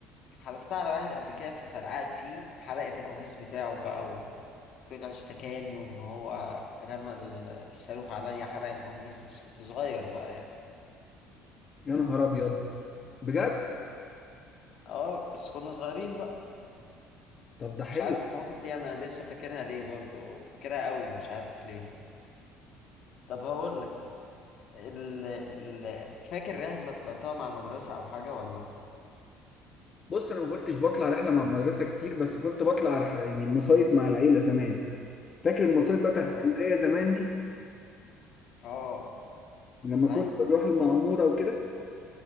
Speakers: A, on the left; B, on the left.
A: حدفتها على واحد قبل كده ففرقعت فيه حرقت القميص بتاعه بقى طلع اشتكاني وان هو رمى الصاروخ عليا حرق القميص بس كنت صغير بقى يعني
B: يا نهار ابيض بجد
A: اه بس كنا صغيرين بقى
B: طب ده
A: مش
B: حلو
A: عارف المواقف دي انا لسه فاكرها ليه برضو فاكرها قوي مش عارف ليه طب هقول لك ال... ال... فاكر رحلة طلعتها مع المدرسة او حاجة ولا
B: بص انا ما كنتش بطلع رحله مع المدرسه كتير بس كنت بطلع رح- يعني مصايف مع العيله زمان فاكر المصايف بقى بتاعت
A: اه
B: اسكندريه زمان دي
A: اه
B: لما
A: ايوه
B: كنا بنروح المعموره وكده